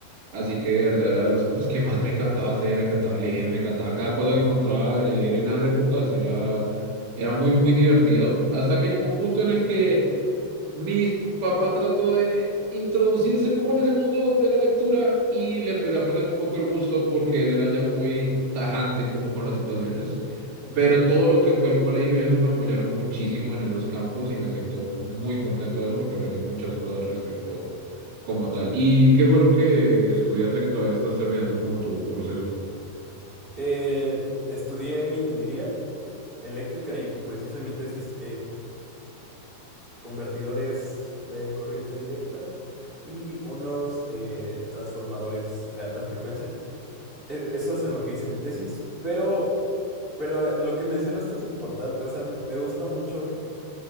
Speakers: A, on the right; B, on the right.
A: Así que de verdad era de las <laughs> cosas que más me encantaba hacer, me encantaba leer, me encantaba cada cosa que encontraba eh, leer en esas épocas era, era muy, muy divertido hasta que llegó un punto en el que... Mi papá trató de introducirse como en ese mundo de la lectura y le empecé a perder un poco el gusto porque él era ya muy tajante como con las situaciones,
B: Entiendo.
A: pero todo lo que fue el colegio, eso me apoyaron muchísimo en esos campos y me siento muy contento de eso porque aprendí muchas cosas respecto como tal. ¿Y qué fue lo que estudiaste que todavía estás terminando como tu proceso?
B: Eh, estudié ingeniería eléctrica y pues hice mi tesis convertidores de corriente directa y unos eh, transformadores de alta frecuencia. E- Eso es en lo que hice mi tesis, pero, pero eh, lo que mencionaste es importante, o sea, m- me gusta mucho